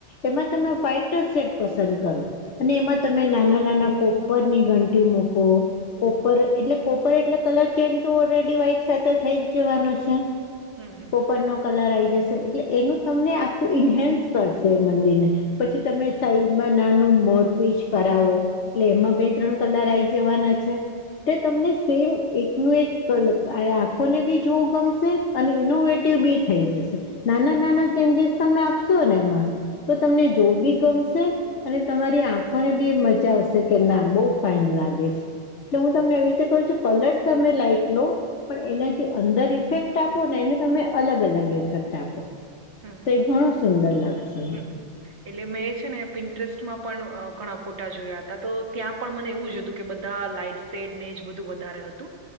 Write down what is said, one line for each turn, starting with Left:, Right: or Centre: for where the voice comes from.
Left: એમાં તમે ફાઈટર સેટ પસંદ કરો અને એમાં તમે નાના નાના કોપરની ઘંટી મૂકો કોપર એટલે કોપર એટલે કલર ચેજ તો ઓલરેડી વ્હાઈટ સાથે થઈ જ જવાનો છે
Right: હમ હમ
Left: પોપરનોો કલર આવી જશે એટલે એનું તમને આખું ઇન્હન્સ કરશે મંદિર ને પછી તમે સાઈઝમાં નાનું મોર પીચ કરાવો એટલે એમાં બે ત્રણ કલાક આવી જવાના છે તે તમને સેમ એક ન એક કલ આંખોને બી જોવું ગમશે અને ઇનોવેટિવ બી થઈ જશે નાના નાના ચેન્જીસ તમે આપશોને એમાં તો તમને જો બી ગમશે અને તમારી આંખોને બી મજા આવશે કે ના બહુ ફાાઈન લાગે એટલે હું તમને એવી રીતે કહ છું કલર તમે લાાઈટ લો પણ એના જે અંદર ઇફેક્ટ આપો ને એને તમે અલગ અલગ ેક્ટ આપો
Right: હમ
Left: તો એ ઘણો
Right: હમ.
Left: સુંદર લાગશે.
Right: હમ. એટલે મેં છે. ને પિન્ટરેસ્ટમાં પણ ઘણા ફોટા જોયા હતા તો ત્યાં પણ મને એવું જ હતું કે બધા લાાઈટ્સ સેડ ને જ બધું વધારે હતું.